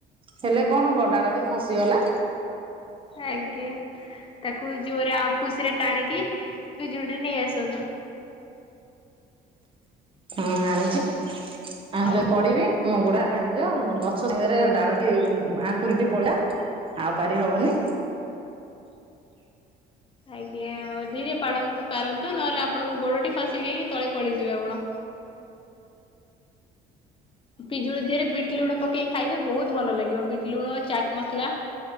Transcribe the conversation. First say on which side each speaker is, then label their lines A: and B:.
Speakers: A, on the right (about 30°); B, on the left (about 30°).
A: ହେଲେ କଣ ହବ ଡାଳଟି ଖସି ଗଲା।
B: ଆଜ୍ଞା ତାକୁ ଜୋରେ ଆଉ ଖୁସିରେ ଟାଣିକି ପିଜୁଳିଟି ନେଇ ଆସନ୍ତୁ।
A: ହଁ ଆଣୁଚି ଆଁ
B: ଆଉ
A: ଯ ପଡିବି ମୋ ଗୋଡ଼ ହା ଭାଙ୍ଗି ଯିବ ମୁଁ ଗ ସମଙ୍ଗରେ ଡାଳଟି ଆଙ୍କୁରିଟି ପଳେଇଲା ଆଉ ପାରି ହବନି
B: ଆଜ୍ଞା ଆଉ ଧୀରେ ପାଡ଼ ପାରନ୍ତୁ ନହେଲେ ଆପଣଙ୍କ ଗୋଡଟି ଖସିକି ତଳେ ପଡିଯିବେ ଆପଣ। ପିଜୁଳି ଧିଅରେ ବିଟ ଲୁଣ ପକି ଖାଇବେ ବହୁତ ଭଲ ଲାଗିବ ବିଟ ଲୁଣ ଚାଟ୍ ମସଲା।